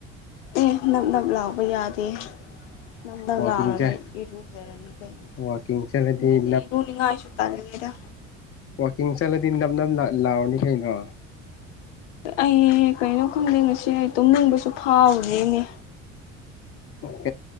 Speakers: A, on the left; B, on the left.
A: ꯑꯦ ꯅꯞ ꯅꯞ ꯂꯥꯎꯕ ꯌꯥꯗꯦ ꯅꯞ ꯅꯞ
B: ꯋꯥꯛꯀꯤꯡꯁꯦ
A: ꯂꯎꯔꯗꯤ ꯏꯔꯨꯖꯔꯅꯤ ꯀꯩꯅꯣ
B: ꯋꯥꯛꯀꯤꯡ ꯆꯠꯂꯗꯤ
A: ꯍꯧꯖꯤꯛꯗꯤ ꯏꯔꯨꯅꯤꯉꯥꯏꯁꯨ ꯇꯥꯜꯂꯤ ꯂꯦꯗ
B: ꯋꯥꯀꯤꯡ ꯆꯠꯂꯗꯤ ꯅꯞ ꯅꯞ ꯂꯎꯔꯅꯤ ꯀꯩꯅꯣ
A: ꯑꯩ ꯀꯩꯅꯣ ꯈꯪꯗꯦ ꯉꯁꯤ ꯑꯩ ꯇꯨꯝꯅꯤꯡꯕꯁꯨ ꯐꯥꯎꯔꯤꯅꯦ
B: ꯎꯝ